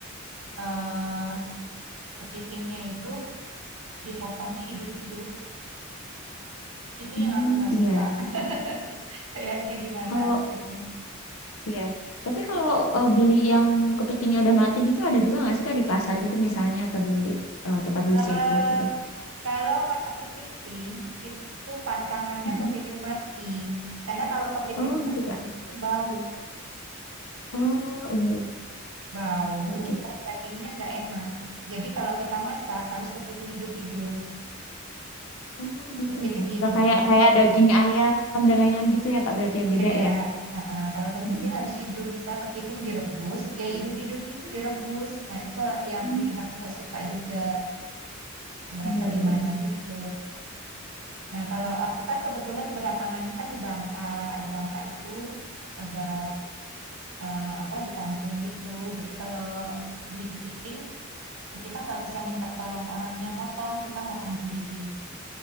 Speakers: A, on the right; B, on the left.
A: eh, kepitingnya itu dipotongnya hidup-hidup. Itu
B: Hmm,
A: yang aku nggak
B: iya.
A: suka. <laughs> Kayaknya gimana
B: Kalau
A: gitu.
B: iya. Tapi kalau eh, beli yang kepitingnya udah mati gitu ada juga nggak sih Kak di pasar gitu misalnya atau di eh, tempat beli
A: Eh
B: seafood gitu?
A: Kalau masak kepiting, itu pantangannya
B: Mm-mm.
A: kepiting mati. Karena kalau kepiting
B: Oh
A: mati
B: gitu Kak.
A: itu bau,
B: Oh iya.
A: bau
B: iya. Oke.
A: dan dagingnya nggak enak. Jadi kalau kita masak harus kepiting hidup-hidup.
B: Oh gitu
A: Kepiting
B: ya.
A: hidup
B: Nggak kayak kayak daging ayam dan lain-lain gitu ya Kak berarti ya
A: beda.
B: beda ya?
A: Ah, ah, kalau kepiting
B: Mm-mm.
A: harus hidup, misalnya kepiting direbus, ya hidup-hidup gitu direbus. Nah itu yang
B: Hmm,
A: bikin aku nggak suka juga. Aku merasa
B: Iya,
A: gimana
B: iya, iya.
A: gitu. Nah kalau aku kan kebetulan belakangan ini kan di Bangka, di Bangka itu agak eh, apa di kampung gitu. Jadi kalau beli kepiting kita nggak bisa minta tolong orangnya motong, kita motong sendiri.